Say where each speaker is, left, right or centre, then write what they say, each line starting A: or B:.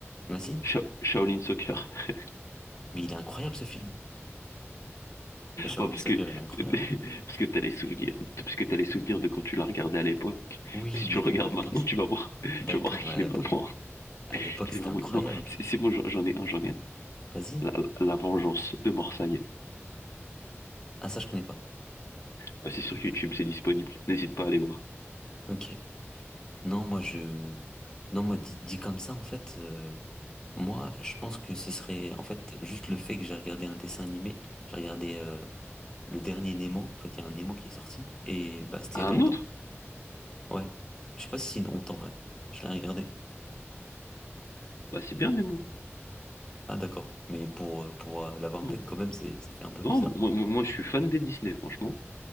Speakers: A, on the left; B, on the left.
A: Vas-y.
B: Sha- Shaolin Soccer. <laughs>
A: Mais il est incroyable, ce film. Mais Shaolin
B: Oh, parce
A: Soccer,
B: que <laughs>
A: il est incroyable.
B: parce que t'as les souvenirs, parce que t'as les souvenirs de quand tu l'as regardé à l'époque.
A: Oui,
B: Si
A: mais
B: tu le
A: bon,
B: regardes
A: à l'époque...
B: maintenant,
A: c'est-
B: tu vas voir,
A: D'accord,
B: tu vas voir qu'il
A: mais à l'époque...
B: est vraiment
A: À l'époque,
B: Qu'il
A: c'était
B: est vraiment...
A: incroyable.
B: Non, c'est c'est bon, j'en j'en ai un, j'en ai un.
A: Vas-y.
B: La, La vengeance de Morsaï.
A: Ah, ça, je connais pas.
B: Bah, c'est sur YouTube, c'est disponible. N'hésite pas à aller voir.
A: Ok. Non, moi, je... Non, moi, dit, dit comme ça, en fait... euh, Moi, je pense que ce serait... En fait, juste le fait que j'ai regardé un dessin animé. J'ai regardé euh, le dernier Nemo. En fait, il y a un Nemo qui est sorti. Et bah, c'était
B: Ah,
A: il y a pas
B: un
A: longtemps.
B: autre?
A: Ouais. Je sais pas si c'est une honte en vrai. Je l'ai regardé.
B: Bah, c'est bien, Nemo.
A: Ah d'accord. Mais pour, euh, pour euh, la vingtaine
B: Non,
A: quand même, c'est, ça fait un peu bizarre.
B: non moi, moi, moi, je suis fan des Disney, franchement.